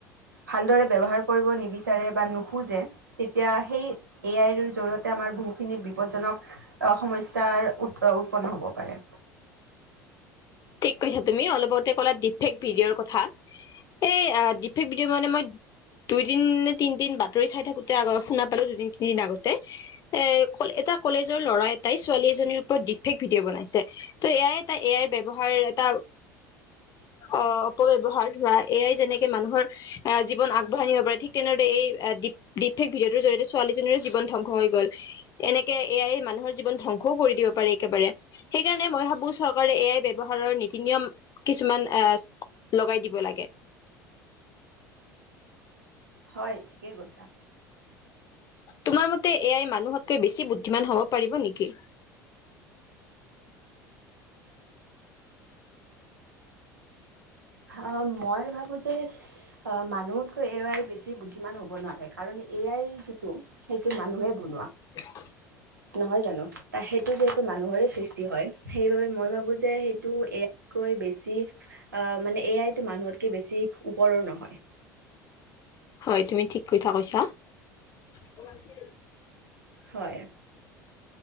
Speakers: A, on the right (about 80°); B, on the left (about 40°).
A: ভালদৰে ব্যৱহাৰ কৰিব নিবিচাৰে বা‌ নো খুজে তেতিয়া সেই এ আইৰ জৰিয়তে আমাৰ বহুখিনি বিপদজ্জনক। সমস্যাৰ উ উৎপন্ন হ'ব পাৰে।
B: ঠিক কৈছা তুমি অলপ আগতে ক'লা ফেক ভিডিঅ'ৰ কথা। এই ডিফিক ভিডিঅ' মানে মই দুইদিন নে তিনিদিন বাতৰি চাই থাকোতে আগ শুনা পালো দুদিন তিনিদিন আগতে। এ ক এটা কলেজৰ ল'ৰা এটাই ছোৱালী এজনীৰ ওপৰত ডি ফেক ভিডিঅ' বনাইছে। ত এ আই এটা এআইৰ ব্য এটা অ অপব্যৱহাৰৰ হোৱা এআইৰ যেনেকে মানুহৰ আহ জীৱন আগবঢ়াই নিব পাৰে ঠিক তেনেদৰে এই ডিফেক্ট ভিডিঅ'টো জৰিয়তে‌ ছোৱালীজনীৰে জীৱন ধংস‌ হৈ গ'ল। এনেকে এ আই মানুহৰ জীৱন ধ্বংসও কৰি দিব পাৰে একেবাৰে। সেইকাৰণে মই ভাবো চৰকাৰে এ আই ব্য হাৰ নীতি নিয়ম কিছুমান এ লগাই দিব লাগে।
A: হয় ঠিকে কৈছা।
B: তোমাৰ মতে এ আই মানুহতকৈ বেছি বুদ্ধিমান হব পাৰিব নেকি?
A: অ, মই ভাবো যে। অ মানুহতকৈ এ আই বেছি বুদ্ধিমান হ'ব নোৱাৰে কাৰণ এ আই যিটো সেইটো মানুহে বনোৱা
B: <unintelligible>
A: নহয় জানোঁ তা সেইটো যিহেতু মানুহৰে সৃষ্টি হয় সেইবাবে মই ভাবোঁ যে সেইটো এ কৈ বেছি আহ মানে এ আইতো মানুহতকে বেছি ওপৰৰ নহয়
B: হয় তুমি ঠিক কথা কৈছা তোৰ নাম কি
A: হয়